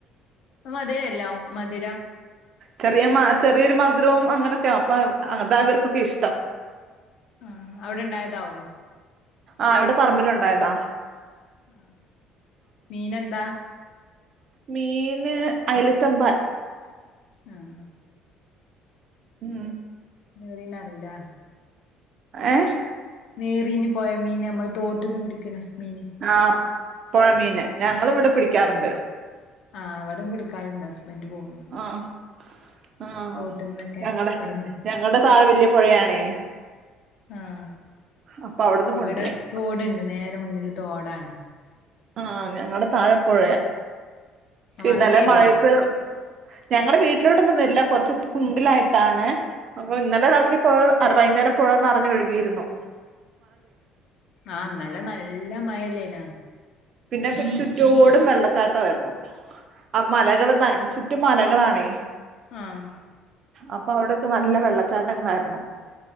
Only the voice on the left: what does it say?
മധുരംല്ലാവും മധുരം
ആ അവിടെ ഇണ്ടായതാവും
ആ മീന് എന്താ
ആ <unintelligible>
നിറിന്നറീല
നീറിന്ന് പോയ മീൻ നമ്മൾ തോട്ടീന്ന് പിടിക്കണ മീന്
ആഹ് അവിട പിടുക്കാറുണ്ട് ഹസ്ബൻഡ് പോകും
തോട്ടിന്നൊക്കെ
ഇവിടെന്ന്
ആഹ്
ഇവിടെ
തോടുണ്ട് നേ നേരെ മുന്നിൽ തോടാണ്
വെള്ളം
കേറുവോ
ആ ഇന്നലെ നല്ല മഴയല്ലയിന
ആഹ്